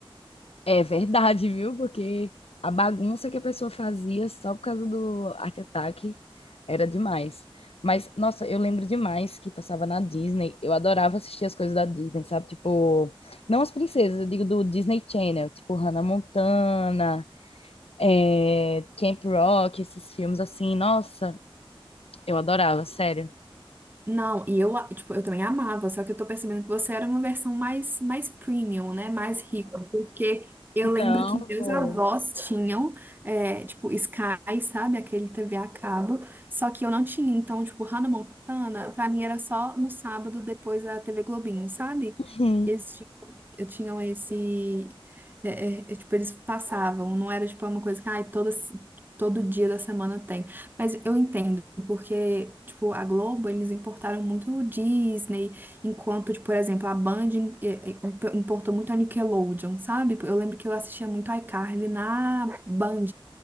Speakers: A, on the left; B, on the right.
A: É verdade, viu? Porque a bagunça que a pessoa fazia só por causa do Art Attack era demais. Mas, nossa, eu lembro demais que passava na Disney. Eu adorava assistir as coisas da Disney, sabe? Tipo, não as princesas, eu digo do Disney Channel, tipo Hannah Montana, é, Camp Rock, esses filmes assim. Nossa, Eu adorava, sério.
B: Não, e eu, tipo, eu também amava, só que eu tô percebendo que você era uma versão mais, mais premium, né? Mais rica, porque eu
A: Não,
B: lembro que meus
A: pô.
B: avós tinham, é, tipo, Sky, sabe? Aquele TV a cabo, só que eu não tinha. Então, tipo, Hannah Montana, pra mim era só no sábado depois da TV Globinho, sabe?
A: Uhum.
B: Eles tinham, eu tinham esse. é, é, é, tipo, eles passavam, não era, tipo, uma coisa que, ai, todas, todo dia da semana tem. Mas eu entendo. Porque, tipo, a Globo, eles importaram muito o Disney, enquanto, tipo, por exemplo, a Band eh, eh, importou muito a Nickelodeon, sabe? Eu lembro que eu assistia muito iCarly na Band.